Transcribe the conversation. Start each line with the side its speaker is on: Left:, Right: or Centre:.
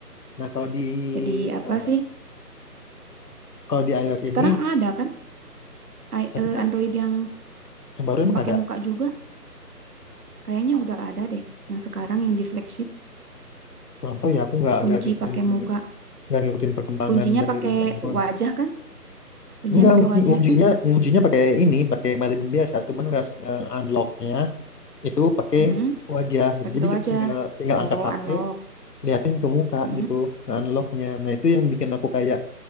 Left: Nah, kalau di
Right: Jadi apa
Left: eh,
Right: sih?
Left: kalau di iOS
Right: Sekarang
Left: ini
Right: ada kan I-
Left: tapi
Right: eh, Android yang
Left: yang baru emang
Right: pakai
Left: ada.
Right: muka juga? Kayaknya udah ada deh. Yang sekarang yang di flagship
Left: Kurang tahu ya, aku nggak
Right: kunci
Left: nggak ngikutin
Right: pakai muka.
Left: nggak ngikutin perkembangan
Right: Kuncinya
Left: dari
Right: pakai
Left: Android.
Right: wajah kan? Kuncinya
Left: Enggak,
Right: pakai
Left: ngunci-
Right: wajah
Left: nguncinya
Right: kan?
Left: nguncinya pakai ini, pakai Maven biasa, cuman ras eh, unlocknya itu pakai
Right: Mm-mm,
Left: wajah gitu.
Right: pakai
Left: Jadi
Right: wajah.
Left: kita tinggal tinggal
Right: Oh,
Left: angkat HP,
Right: unlock.
Left: liatin ke muka
Right: Mm-mm,
Left: gitu, nge-unlocknya. Nah, itu yang bikin aku kayak